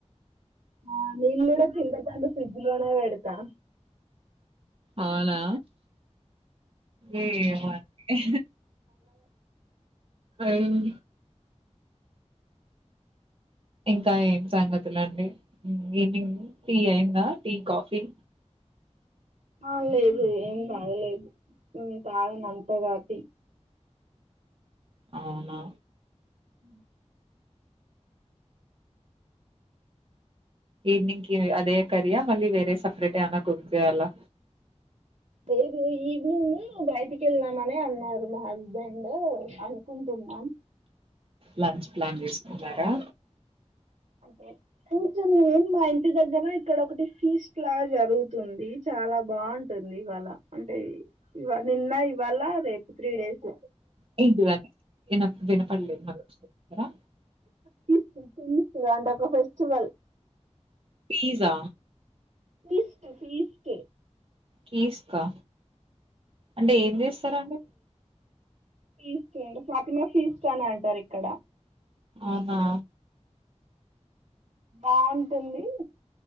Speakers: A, on the right (about 75°); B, on the right (about 50°).
A: ఆ నేన్ కూడా చింతపండు ఫ్రిడ్జ్ లోనే పెడతా
B: అవునా ఏమో అండి అవును ఇంకా ఏం సంగతులండి ఈవినింగ్ టీ అయిందా టీ కాఫీ
A: ఆ లేదు ఏం తాగలేదు ఏం తాగన అంతగాటి
B: అవునా
A: హ
B: ఈవినింగ్ కి అదే కర్రీ ఆ మళ్ళీ వేరే సపరేట్ ఏమైనా కుక్ చేయాలా
A: లేేదు ఈవినింగ్ బయటికి వెళ్దామనే అన్నారు మా హస్బెండ్ అనుకుంటున్నాం
B: లంచ్ ప్లాన్ చేసుకున్నారా
A: అంతే కూర్చుం మా ఇంటి దగ్గర ఇక్కడ ఒకటి ఫీస్ట్ లా జరుగుతుంది చాలా బాగుంటుంది ఇవాళ అంటే ఇవా నిన్న ఇవాళ రేపు త్రీ డేస్
B: <unintelligible> ఎనఫ్ దినపల్లి అవచ్చు కదా
A: ఫీస్ట్ ఫీస్ట్ అంటే ఒక ఫెస్టివల్
B: పీజ్ ఆ
A: ఫీస్ట్ ఫీస్ట్
B: కేసుకా అంటే ఏం చేస్తారా అండి
A: ఫీస్ట్ అండి ఫాతిమా ఫీస్ట్ అని అంటారు ఇక్కడ
B: అవునా
A: బాగుంటుంది